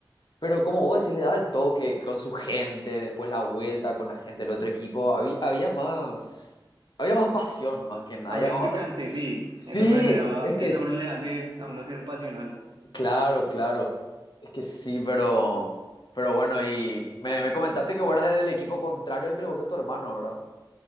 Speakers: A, on the left; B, on the right.
A: Pero como vos decís, le daba el toque con su gente, después la vuelta con la gente del otro equipo. Había, había más, había más pasión más que nada.
B: Había
A: Y ahora,
B: un picante, sí,
A: sí,
B: eso generaba,
A: es que,
B: eso
A: es-
B: le hace a uno ser pasional.
A: claro, claro, es que sí, pero, pero bueno, y me, me comentaste que vos eras del equipo contrario al que le gusta a tu hermano, ¿verdad?